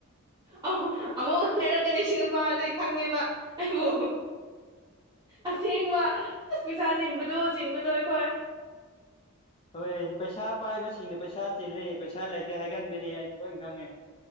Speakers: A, on the right; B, on the left.
A: ꯑꯃꯨ ꯑꯃꯨꯛꯃꯨꯛ ꯍꯥꯏꯔꯛꯀꯥꯅꯤ ꯁꯤ ꯅꯨꯄꯥꯖꯤ ꯈꯪꯉꯦꯕ ꯑꯩꯕꯨ ꯑꯁꯦꯡꯕ ꯑꯁ ꯄꯩꯁꯥ ꯆꯤꯟꯕꯗꯨ ꯆꯤꯟꯕꯗꯨ ꯑꯩꯈꯣꯏ
B: ꯍꯣꯏ ꯄꯩꯁꯥ ꯄꯥꯏꯕꯁꯤꯡꯅ ꯄꯩꯁꯥ ꯆꯤꯜꯂꯦ ꯄꯩꯁꯥ ꯂꯩꯇꯦ ꯍꯥꯏꯒꯟꯕꯅꯦ ꯑꯩꯁꯨ ꯂꯣꯏ ꯈꯪꯉꯦ